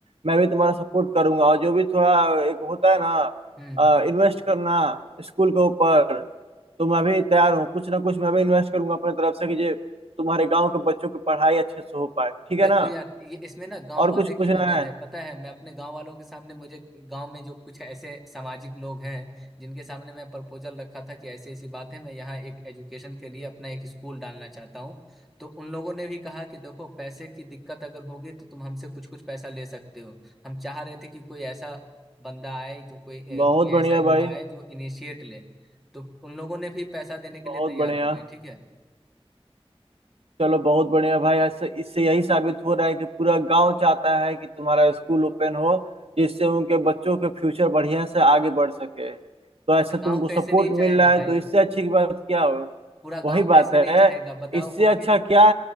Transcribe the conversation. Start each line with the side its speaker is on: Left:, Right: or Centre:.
Right: मैं भी तुम्हारा सपोर्ट करूंगा और जो भी थोड़ा एक होता है ना
Centre: हम्म
Right: इन्वेस्ट करना स्कूल के ऊपर तो मैं भी तैयार हूँ कुछ ना कुछ मैं भी इन्वेस्ट करूंगा अपने तरफ से कि जे तुम्हारे गांव के बच्चों की पढ़ाई अच्छे से हो पाए ठीक
Centre: देखो
Right: है ना
Centre: यार ये इसमें ना गांव
Right: और
Centre: वाले
Right: कुछ
Centre: की
Right: पूछना
Centre: मदद
Right: है
Centre: है पता है मैं अपने गांव वालों के सामने मुझे गांव में जो कुछ ऐसे सामाजिक लोग हैं जिनके सामने मैं प्रपोजल रखा था कि ऐसी ऐसी बात है मैं यहाँ एक एजुकेशन के लिए अपना एक स्कूल डालना चाहता हूँ तो उन लोगों ने भी कहा कि देखो पैसे की दिक्कत अगर होगी तो तुम हमसे कुछ कुछ पैसा ले सकते हो हम चाह रहे थे कि कोई ऐसा बंदा आए जो कोई ए,
Right: बहुत
Centre: कोई
Right: बढ़िया
Centre: ऐसा युवा
Right: भाई
Centre: आए जो इनिशिएट ले तो उन लोगों ने भी पैसा देने के
Right: बहुत
Centre: लिए तैयार
Right: बढ़िया
Centre: हो गए ठीक है
Right: चलो बहुत बढ़िया भाई ऐसे इससे यही साबित हो रहा है कि पूरा गांव चाहता है कि तुम्हारा स्कूल ओपन हो जिससे उनके बच्चों के फ्यूचर बढ़िया से आगे बढ़ सके तो
Centre: पूरा
Right: ऐसे तुमको
Centre: गाँव कैसे
Right: सपोर्ट
Centre: नहीं चाहेगा
Right: मिल रहा
Centre: भाई
Right: है तो इससे अच्छी की बात क्या हो
Centre: पूरा
Right: वही
Centre: गांव कैसे
Right: बात है
Centre: नहीं चाहेगा बताओ
Right: इससे
Centre: उनके
Right: अच्छा क्या